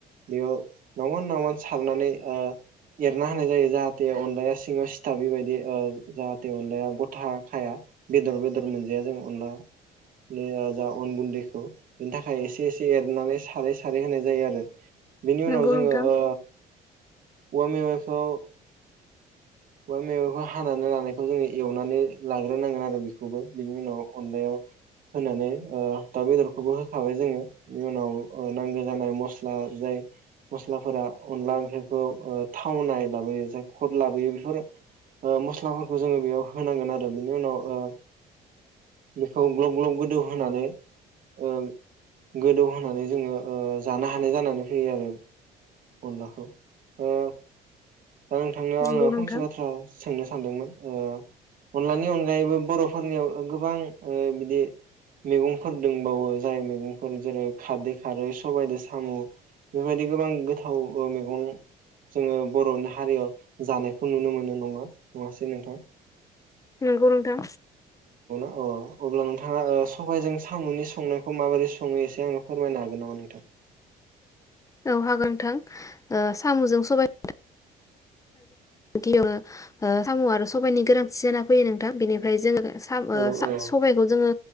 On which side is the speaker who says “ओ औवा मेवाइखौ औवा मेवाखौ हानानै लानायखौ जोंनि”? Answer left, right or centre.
Right